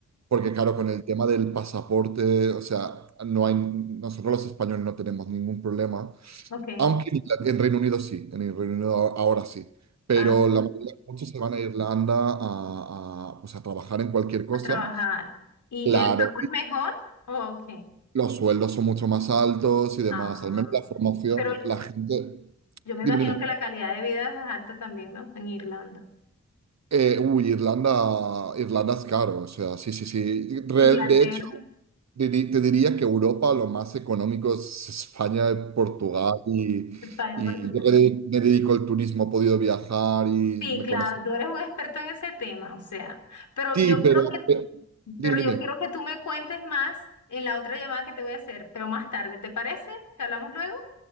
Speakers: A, on the right; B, on the left.
A: porque claro, con el tema del pasaporte, o sea, no hay, nosotros los españoles no tenemos ningún problema,
B: Ok.
A: aunque en, Irla- en Reino Unido sí, en el Reino Unido ahora, ahora sí, pero
B: Ah,
A: la mayoría, muchos se van a Irlanda a, a, pues, a trabajar en cualquier cosa,
B: a trabajar. ¿Y
A: claro,
B: el pago
A: y
B: es mejor? Ok.
A: los sueldos son mucho más altos y demás,
B: Ah,
A: al menos la formación,
B: ok. Pero
A: la gente,
B: yo me
A: dime,
B: imagino
A: dime.
B: que la calidad de vida es alta también, ¿no? En Irlanda.
A: Eh, uy, Irlanda, Irlanda es caro, o sea, sí, sí, sí. Re-
B: Inglaterra,
A: de hecho, di- te diría que Europa lo más económico es España, Portugal y,
B: España,
A: y
B: Portugal.
A: yo que de- me dedico al turismo, he podido viajar y
B: Sí,
A: me
B: claro,
A: conozco.
B: tú eres un experto en ese tema, o sea, pero
A: Sí,
B: yo creo
A: pero,
B: que,
A: pe- dime,
B: pero yo
A: dime.
B: quiero que tú me cuentes más en la otra llamada que te voy a hacer, pero más tarde, ¿te parece? ¿Que hablamos luego?